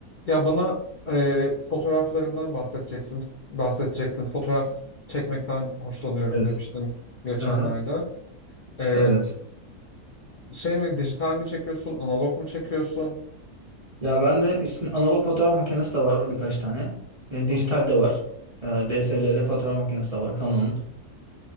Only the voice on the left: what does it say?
Ya bana e, fotoğraflarından bahsedeceksin, bahsedecektin. Fotoğraf çekmekten hoşlanıyorum
demiştin geçenlerde.
E,
şey mi, dijital mi çekiyorsun, analog mu çekiyorsun?
Hı hı.